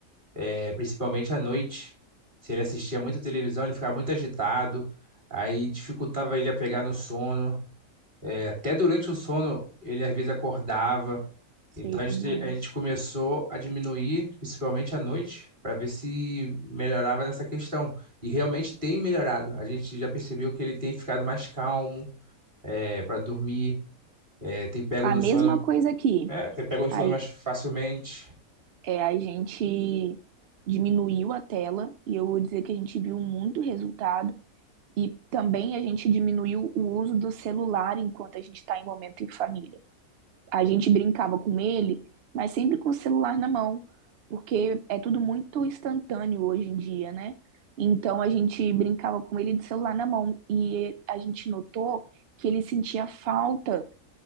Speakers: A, on the right; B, on the right.
A: é, principalmente à noite. Se ele assistia muita televisão, ele ficava muito agitado, aí dificultava ele a pegar no sono. É, Até durante o sono, ele às vezes acordava.
B: Sei
A: Então a
B: como
A: gente,
B: é.
A: a gente começou a diminuir, principalmente à noite, para ver se melhorava nessa questão. E realmente tem melhorado. A gente já percebeu que ele tem ficado mais calmo, para dormir, é, tem pego
B: A
A: no
B: mesma
A: sono,
B: coisa aqui.
A: é, tem pego no
B: A,
A: sono mais facilmente.
B: é, a gente diminuiu a tela e eu vou dizer que a gente viu muito resultado E também a gente diminuiu o uso do celular enquanto a gente está em momento em família. A gente brincava com ele, mas sempre com o celular na mão, porque é tudo muito instantâneo hoje em dia, né? Então a gente brincava com ele de celular na mão e a gente notou que ele sentia falta